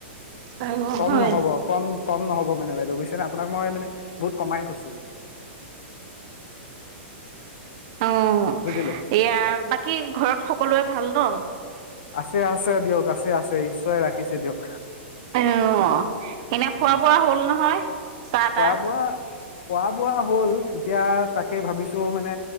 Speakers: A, on the right; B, on the left.
A: আৰু
B: কম
A: হয়,
B: নহব, কম কম নহব মানে বাইে বুজছে নে' আপোনাক মই মানে বহুত কমাই কৈছো।
A: অঁ,
B: বুজিলে
A: এয়া বাকী ঘৰত সকলোৱে ভাল ন?
B: আছে আছে দিয়ক, আছে আছে ঈশ্বৰে ৰাখিছে দিয়ক
A: আঁ, এনে
B: অ
A: খোৱা বোৱা হ'ল নহয় চাহ
B: খোৱা
A: তাহ
B: বোৱা খোৱা বোৱা হ'ল, এতিয়া তাকে ভাবিছো মানে,